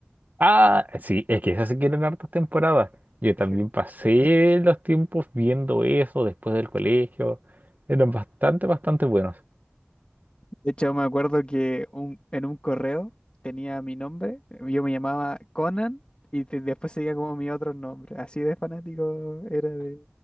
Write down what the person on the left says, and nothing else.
<laughs>
De hecho, me acuerdo que un, en un correo tenía mi nombre, yo me llamaba Conan y te- después seguía como mi otro nombre. Así de fanático era de,